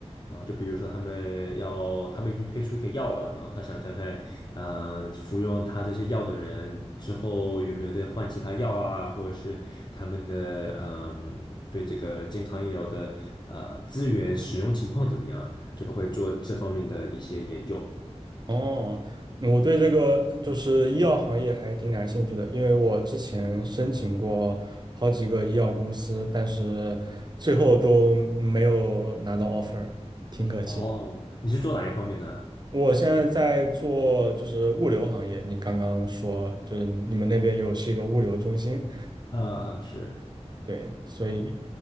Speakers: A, on the left; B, on the right.
A: 然后就比如说他们要他们已经推出一个药了，然后他想看看呃服用他这些药的人之后有没有再换其他药啊，或者是他们的嗯、对这个健康医疗的呃资源使用情况怎么样就的一些研究。
B: 哦，我对这个就是医药行业还挺感兴趣的，因为我之前申请过好几个医药公司，但是最后都没有拿到 offer，挺可惜的。
A: 哦，你是做哪一方面呢？
B: 我现在在做就是物流行业，你刚刚说就是你们那边有是一个物流中心，
A: 呃呃是。
B: 对。所以。
A: 啊，